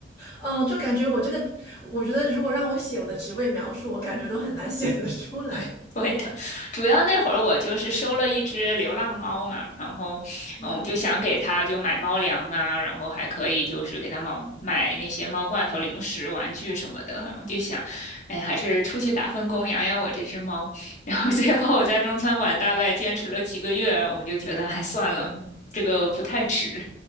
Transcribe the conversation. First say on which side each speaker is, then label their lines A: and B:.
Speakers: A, on the left; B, on the left.
A: 嗯，就感觉我这个，我觉得如果让我写我的职位描述，我感觉都很难写得出来。
B: <laughs> 会的，主要那会儿我就是收了一只流浪猫嘛，然后，
A: 哦
B: 嗯，我就想给它就买猫粮啊，然后还可以就是给它买买那些猫罐头、零食、玩具什么的，然后就想，哎，还是出去打份工养养我这只猫。然后最后我在中餐馆大概坚持了几个月，我就觉得，哎，算了，这个不太值，